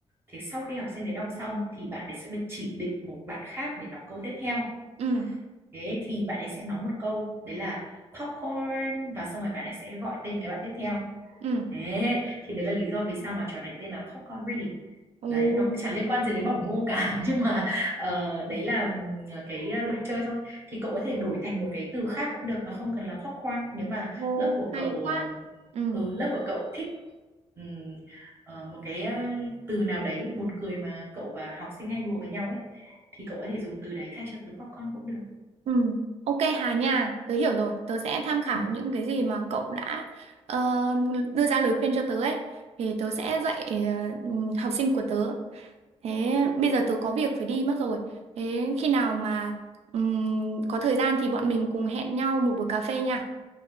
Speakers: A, on the right (about 20°); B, on the right (about 65°).
A: thế sau khi học sinh để đọc xong thì bạn ấy sẽ được chỉ định một bạn khác để đọc câu tiếp theo
B: ừ
A: thế thì bạn ấy sẽ nói một câu đấy là popcorn và xong rồi bạn ấy sẽ gọi tên cái bạn tiếp theo
B: ừ
A: thế thì đấy là lý do vì sao mà trò này tên là popcorn reading
B: ồ
A: đấy nó cũng chả liên quan gì đến bỏng ngô cả <laughs> nhưng mà ờ, đấy là ờ, cái ờ, luật chơi thôi thì cậu có thể đổi thành một cái từ khác cũng được nó không cần là popcorn nếu mà
B: Ồ,
A: lớp của
B: hay
A: cậu
B: quá.
A: ờ,
B: Ừ,
A: ừ, lớp của cậu thích ừm, ờ, một cái ờ, từ nào đấy buồn cười mà cậu và học sinh hay đùa với nhau ấy thì cậu có thể dùng từ đấy thay cho từ popcorn cũng được
B: ừ. Ok Hà nha, tớ hiểu rồi. Tớ sẽ tham khảo
A: Ừ.
B: những cái gì mà cậu đã ờ, đưa ra lời khuyên cho tớ ấy. Thì tớ sẽ dạy ờ, ừ, học sinh của tớ. Thế bây giờ tớ có việc phải đi mất rồi. Thế khi nào mà ừm, có thời gian thì bọn mình cùng hẹn nhau một buổi cà phê nha.